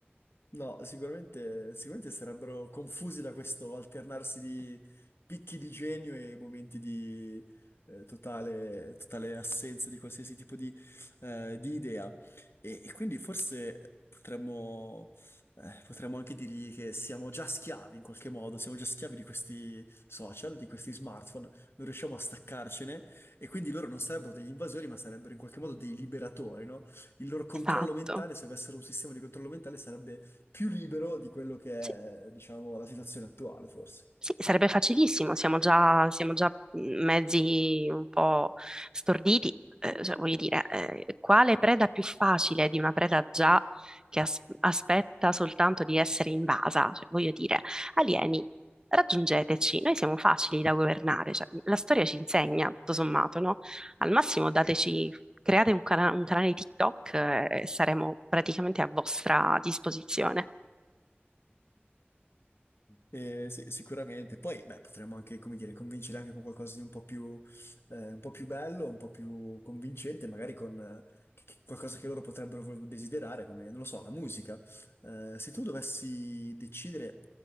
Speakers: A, on the left; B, on the right.
A: No, sicuramente, sicuramente sarebbero confusi da questo alternarsi di picchi di genio e momenti di eh, totale, totale assenza di qualsiasi tipo di, eh, di idea. E, e quindi forse potremmo, eh, potremmo anche dirgli che siamo già schiavi in qualche modo, siamo già schiavi di questi social, di questi smartphone, non riusciamo a staccarcene e quindi loro non sarebbero degli invasori, ma sarebbero in qualche modo dei liberatori, no? Il loro controllo
B: Esatto.
A: mentale, se avessero un sistema di controllo mentale, sarebbe più libero di quello che
B: sì,
A: è, diciamo, la situazione attuale, forse.
B: Sì, sarebbe facilissimo, siamo già, siamo già mhmm, mezzi un po' storditi, eh, cioè, voglio dire, eh, quale preda più facile di una preda già che as- aspetta soltanto di essere invasa? Cioè, voglio dire, alieni, raggiungeteci, noi siamo facili da governare, cioè, la storia ci insegna, tutto sommato, no? Al massimo dateci, create un, cana- un canale TikTok, eh, e saremo praticamente a vostra disposizione.
A: Eh, sì, sicuramente. Poi, beh, potremmo anche, come dire, convincere anche con qualcosa di un po' più, eh, un po' più bello, un po' più convincente, magari con eh, che- qualcosa che loro potrebbero vol- desiderare, come, non lo so, la musica. Eh, se tu dovessi decidere